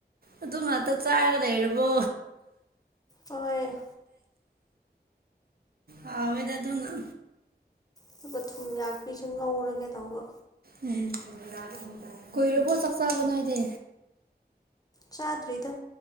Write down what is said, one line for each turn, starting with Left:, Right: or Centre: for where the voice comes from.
Right: ꯑꯗꯨ ꯉꯥꯛꯇ ꯆꯥꯏꯔꯒ ꯂꯩꯔꯕꯣ
Left: ꯍꯣꯏ
Right: ꯍꯥꯎꯋꯦꯗ ꯗꯨꯅ
Left: ꯑꯗꯨꯒ ꯊꯨꯝ ꯌꯥꯛꯄꯤꯁꯨ ꯉꯧꯔꯒꯦ ꯇꯧꯕ
Right: ꯎꯝ ꯀꯨꯏꯔꯕꯣ ꯆꯥꯛ ꯆꯥꯕ ꯅꯣꯏꯗꯤ
Left: ꯆꯥꯗ꯭ꯔꯤꯗ